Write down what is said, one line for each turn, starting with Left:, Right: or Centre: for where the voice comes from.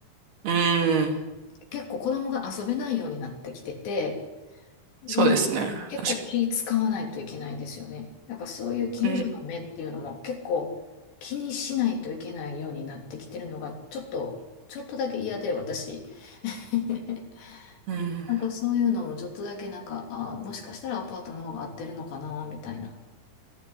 Right: ん、うん
Left: 結構子供が遊べないようになってきてて、で、
Right: そうですね。
Left: 結構気使わないといけないんですよね。
Right: 確
Left: なんかそういう近所の目っていうのも結構気にしないといけないようになってきてるのがちょっと、
Right: かに。
Left: ちょっとだけ嫌で私。<laughs>
Right: うん、うん、
Left: なんかそういうのもちょっとだけなんか、あーもしかしたらアパートの方が合ってるのかなみたいな。